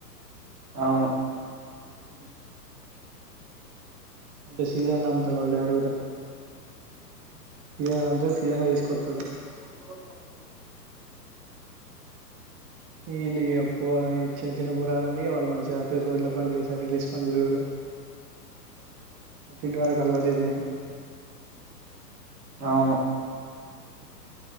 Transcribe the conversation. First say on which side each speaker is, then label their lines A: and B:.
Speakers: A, on the right (about 70°); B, on the right (about 25°).
A: అవును.
B: ఆ మంచి సీజన్ నమ్ తగదు అడుగుదం <unintelligible> సియ్యన్న కుతుడు
A: మ
B: విల్లిగా చిన్న చిన్న పురలుంటే వాళ్ళు మంచిగా అటు రోడ్ల పండుగ సైకిల్ వేసుకొని తిరుడు అటుంటి వాళ్ళకి అలవాటు అయిపోయింది.
A: అవును.